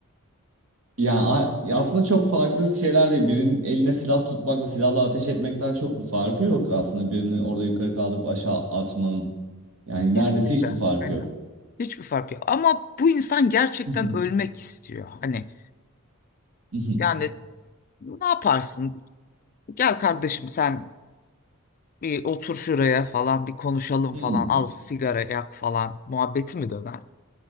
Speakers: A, on the right; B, on the left.
A: Ya a- ya aslında çok farklı şeyler değil. Birinin eline silah tutmakla silahla ateş etmekten çok bir farkı yok aslında. Birini orada yukarı kaldırıp aşağı atmanın. Yani
B: kesinlikle
A: neredeyse hiçbir farkı
B: aynen.
A: yok.
B: Hiçbir fark yok. Ama bu insan gerçekten
A: <laughs>
B: ölmek istiyor. Hani
A: <laughs>
B: yani ne yaparsın? Gel kardeşim sen Bir otur şuraya falan bir konuşalım
A: Hmm.
B: falan al sigara yak falan muhabbeti mi döner?